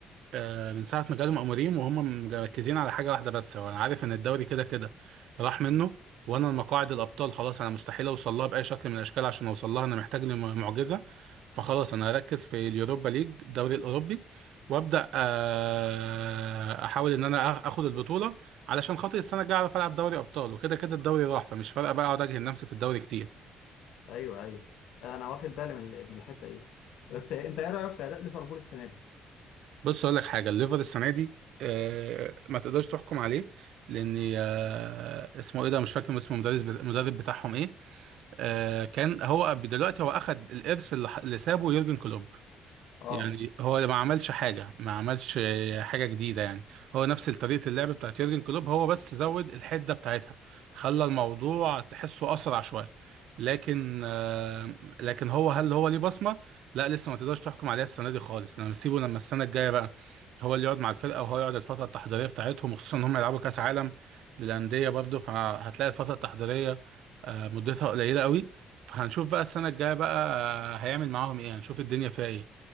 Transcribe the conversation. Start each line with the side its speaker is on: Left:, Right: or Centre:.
Right: آه، من ساعة ما جالهم أموريم وهم مركزين على حاجة واحدة بس هو أنا عارف إن الدوري كده كده راح منه
Left: كده
Right: وأنا المقاعد الأبطال خلاص أنا مستحيل أوصل لها بأي شكل من الأشكال عشان أوصل لها أنا محتاج لي معجزة فخلاص أنا هركز في اليوروبا ليج الدوري الأوروبي وأبدأ آه، أحاول إن أنا آخ- آخد البطولة علشان خاطر السنة الجاية أعرف ألعب دوري أبطال وكده كده الدوري راح فمش فارقة بقى أقعد أجهد نفسي في الدوري كتير
Left: ايوه ايوه انا واخد بالي من من الحته دي بس انت ايه رايك في اداء ليفربول السنه دي؟
Right: بص اقول لك حاجه الليفر السنه دي آه ما تقدرش تحكم عليه لان آه اسمه ايه ده مش فاكر اسمه المدرس بت- المدرب بتاعهم ايه آه كان هو دلوقتي هو اخد الارث اللي ح- اللي سابه يورجن كلوب
Left: اه
Right: يعني هو ما عملش حاجة ما عملش آه، حاجة جديدة يعني هو نفس طريقة اللعب بتاعت يورجن كلوب هو بس زود الحدة بتاعتها خلى الموضوع تحسه أسرع شوية لكن آه، لكن هو هل هو ليه بصمة؟ لا لسه ما تقدرش تحكم عليها السنة دي خالص لما سيبه لما السنة الجاية بقى هو اللي يقعد مع الفرقة وهو يقعد الفترة التحضيرية بتاعتهم وخصوصا إن هم يلعبوا كأس عالم للأندية برضه فهتلاقي الفترة التحضيرية آه، مدتها قليلة قوي فهنشوف بقى السنة الجاية بقى آه، هيعمل معاهم إيه هنشوف الدنيا فيها إيه